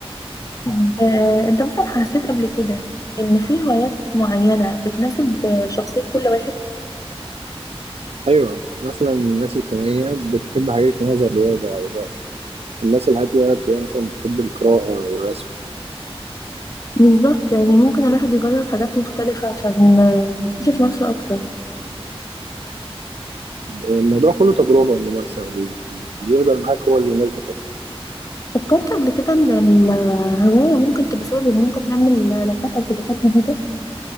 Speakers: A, on the left; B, on the right.
A: طب، آه، انت مثلا حسيت قبل كده ان في هوايات معينه بتناسب آه، شخصيه كل واحد
B: ايوه مثلا الناس الاجتماعيه بتحب حاجات اجتماعيه زي الرياضه او الرقص الناس الهاديه تلاقيها مثلا بتحب القراءه والرسم
A: بالظبط يعني ممكن الواحد يجرب حاجات مختلفه عشان آه، يكتشف نفسه اكتر
B: الموضوع كله تجربة وممارسة واللي يفضل معاك هو اللي يناسبك أكتر
A: فكرت قبل كده ان الهواية ممكن تبقى سبب ان انت تعمل علاقات او صداقات جديدة